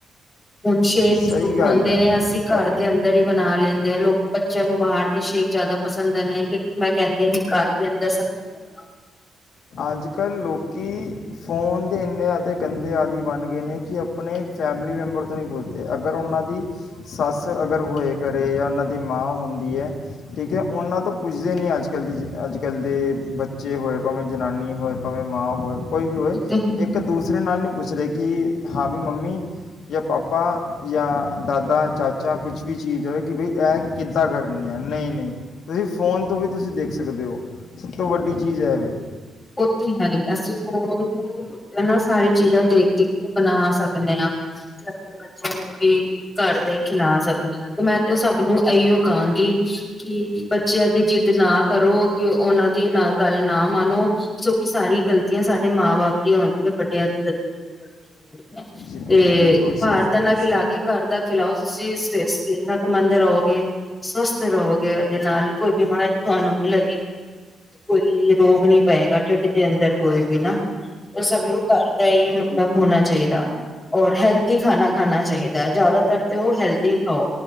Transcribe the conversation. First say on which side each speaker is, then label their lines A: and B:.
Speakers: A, on the left; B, on the left.
A: ਹੁਣ ਸ਼ੇਖ
B: ਸਹੀ
A: ਸੂਪ
B: ਗੱਲ
A: ਹਉਦੇ
B: ਹੈ
A: ਨੇ ਅਸੀਂ ਘਰ
B: ਤਾਂ
A: ਦੇ ਅੰਦਰ ਹੀ ਲੈਂਦੇ ਆ ਲੋਕ ਬੱਚਿਆਂ ਨੂੰ ਬਾਹਰ ਦੇ ਸ਼ੇਕ ਜ਼ਿਆਦਾ ਪਸੰਦ ਨੇ ਲੇਕਿਨ ਮੈਂ ਕਹਿੰਦੀ ਆ ਵੀ ਘਰ ਦੇ ਅੰਦਰ ਸਭ ਚੀਜ਼ਾਂ ਬਣਾਓ
B: ਅੱਜ ਕੱਲ੍ਹ ਲੋਕ ਫੋਨ ਦੇ ਇੰਨੇ ਜ਼ਿਆਦੇ ਗੰਦੇ ਆਦਿ ਬਣ ਗਏ ਨੇ ਕਿ ਆਪਣੇ ਫੈਮਿਲੀ ਮੈਂਬਰ ਤੋਂ ਨਹੀਂ ਪੁੱਛਦੇ ਅਗਰ ਉਹਨਾਂ ਦੀ ਸੱਸ ਅਗਰ ਹੋਏ ਕਰੇ ਜਾਂ ਉਹਨਾਂ ਦੀ ਮਾਂ ਹੁੰਦੀ ਹੈ ਠੀਕ ਹੈ ਉਹਨਾਂ ਤੋਂ ਪੁੱਛਦੇ ਨਹੀਂ ਅੱਜ ਕੱਲ੍ਹ ਦੀ ਅੱਜ ਕੱਲ੍ਹ ਦੇ ਬੱਚੇ ਹੋਏ ਭਾਵੇਂ ਜਨਾਨੀ ਹੋਏ ਭਾਵੇਂ ਮਾਂ ਹੋਏ ਕੋਈ ਵੀ ਹੋਵੇ
A: ਉਹ ਤੇ ਹੈ
B: ਇੱਕ ਦੂਸਰੇ ਨਾਲ ਨਹੀਂ ਪੁੱਛ ਰਹੇ ਕਿ ਹਾਂ ਵੀ ਮੰਮੀ ਜਾਂ ਪਾਪਾ ਜਾਂ ਦਾਦਾ ਚਾਚਾ ਕੁਛ ਵੀ ਚੀਜ਼ ਹੋਵੇ ਕਿ ਬਈ ਇਹ ਕਿੱਦਾਂ ਕਰਨੀ ਹੈ ਨਹੀਂ ਨਹੀਂ ਤੁਸੀਂ ਫੋਨ ਤੋਂ ਵੀ ਤੁਸੀਂ ਦੇਖ ਸਕਦੇ ਹੋ ਸਭ ਤੋਂ ਵੱਡੀ ਚੀਜ਼ ਇਹਵੇ
A: ਉਹ ਤੇ ਹੈ ਨ ਅਸੀਂ ਫੋਨ ਦੇ ਉ ਨਾ ਸਾਰੀ ਚੀਜ਼ਾਂ ਦੇਖ ਦੇਖ ਕੇ ਬਣਾ ਸਕਦੇ ਹਾਂ ਤੇ ਆਪਣੇ ਬੱਚਿਆਂ ਨੂੰ ਵੀ ਘਰ ਦੇ ਖਿਲਾ ਸਕਦੇ ਹਾਂ ਤੇ ਮੈਂ ਤੇ ਸਭ ਨੂੰ ਇਹੀਓ ਕਹਾਂਗੀ ਕਿ ਬੱਚਿਆਂ ਦੀ ਜਿੱਦ ਨਾ ਕਰੋ ਕਿ ਉਹਨਾਂ ਦੀ ਨਾਲ ਗੱਲ ਨਾ ਮਾਨੋ ਸ ਕਿ ਸਾਰੀ ਗ਼ਲਤੀਆਂ ਸਾਡੇ ਮਾਂ ਬਾਪ ਦੀ ਆਉਂਦੀ ਹੈ ਵੱਡਿਆਂ ਦੀ ਗਲਤੀ ਗਲਤੀ ਆਉਂਦੀ ਹੈ
B: ਜੀ
A: ਤੇ
B: ਬਿਲਕੁਲ ਸਹੀ
A: ਬਾਹਰ
B: ਗੱਲ
A: ਦਾ ਨਾ
B: ਹੈ
A: ਖਿਲਾ ਕੇ ਘਰ ਦਾ ਖਿਲਾਓਸੀ ਸਿਹਤਮੰਦ ਰਹੋਗੇ ਸਵਸਥ ਰਹੋਗੇ ਉਹਦੇ ਨਾਲ ਕੋਈ ਬਿਮਾਰੀ ਤੁਹਾਨੂੰ ਮਿਲ ਕੋਈ ਰੋਗ ਨੀ ਪਏਗਾਡ ਦੇ ਅੰਦਰ ਕੋਈ ਵੀ ਨਾ ਤੇ ਸਭ ਨੂੰ ਘਰ ਦਾ ਹੀ ਮਤਲਬ ਹੋਣਾ ਚਾਹੀਦਾ ਔਰ ਹੈਲਦੀ ਖਾਣਾ ਖਾਣਾ ਚਾਹੀਦਾ ਜ਼ਿਆਦਾਤਰ ਤੇ ਉਹ ਹੈਲਦੀ ਖਾਓ